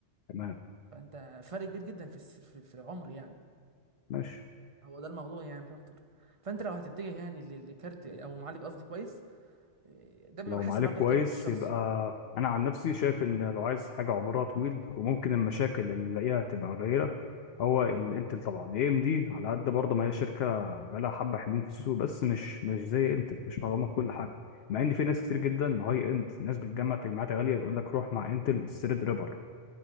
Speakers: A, on the left; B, on the right.
A: تمام
B: فانت فرق كبير جدا في الس- في في العمر يعني
A: ماشي
B: هو ده الموضوع يعني مش اكتر فانت لو هتتجه يعني ل- لكارت او معالج قصدي كويس إيه، ده بيبقى
A: لو
B: حسب
A: معالج
B: برضه
A: كويس
B: احتياجك الشخصي
A: يبقى انا عن نفسي شايف ان لو عايز حاجه عمرها طويل وممكن المشاكل اللي نلاقيها تبقى قليله هو الانتل طبعا اي ام دي على قد برضه ما هي شركه بقالها حبه حلوين في السوق بس مش مش زي انتل مش مضمونه في كل حاجه مع ان في ناس كتير جدا هاي اند ناس بتجمع تجمعات غاليه يقول لك روح مع انتل الثريد ريبر